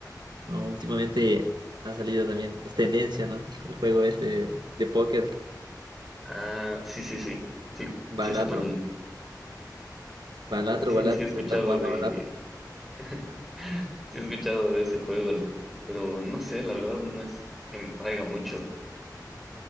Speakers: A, on the right; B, in the centre.
A: ¿no? Últimamente ha salido también, es tendencia, ¿no? El juego este de póker,
B: ah, sí, sí, sí, sí,
A: Balatro,
B: sí sé cuál,
A: Balatro,
B: Sí,
A: Balatro,
B: sí he escuchado
A: se está jugando
B: de,
A: Balatro.
B: <laughs> sí he escuchado de ese juego, pero no sé, la verdad no es que me traiga mucho,